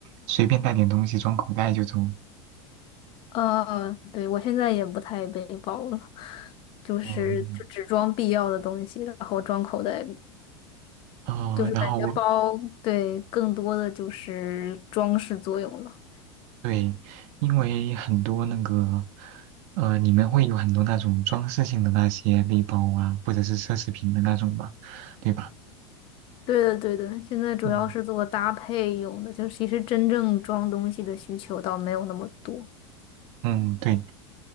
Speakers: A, on the right; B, on the left.
A: 随便带点东西装口袋就走。
B: 呃，对，我现在也不太背包了，就是就只装必要的东西，
A: 嗯，
B: 然后装口袋里，
A: 啊，
B: 就是感觉包，
A: 然后我
B: 对，更多的就是装饰作用了。
A: 对，因为很多那个，呃，你们会有很多那种装饰性的那些背包啊，或者是奢侈品的那种吧，对吧？
B: 对的，对的，现在主要是做搭配用的，
A: 嗯。
B: 就其实真正装东西的需求倒没有那么多。
A: 嗯，对。